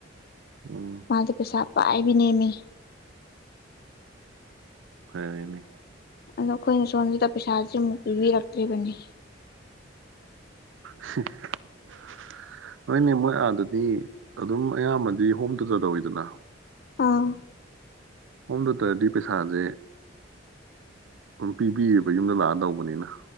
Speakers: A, on the right; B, on the left.
A: ꯎꯝ
B: ꯃꯥꯗ ꯄꯩꯁꯥ ꯄꯥꯏꯕꯤꯅꯦꯃꯤ
A: ꯐꯔꯔꯃꯤ
B: ꯑꯗꯣ ꯑꯩꯈꯣꯏꯅ ꯁꯣꯝꯁꯤꯗ ꯄꯩꯁꯥꯥꯁ ꯑꯃꯨꯛ ꯄꯤꯕꯤꯔꯛꯇ꯭ꯔꯤꯕꯅꯤ
A: <inaudible> ꯍꯣꯏꯅꯦ ꯃꯣꯏ ꯑꯥꯗꯅꯤ ꯑꯗꯨꯝ ꯑꯌꯥꯝꯕꯗꯤ ꯍꯣꯝꯗꯨꯗ ꯂꯧꯧꯋꯤꯗꯅ
B: ꯑꯥ
A: ꯍꯣꯝ ꯗꯣꯛꯇꯔꯗꯤ ꯄꯩꯁꯥꯁꯦ ꯑꯗꯨꯝ ꯄꯤꯕꯤꯌꯦꯕ ꯌꯨꯝꯗ ꯂꯥꯛꯑꯗꯧꯕꯅꯤꯅ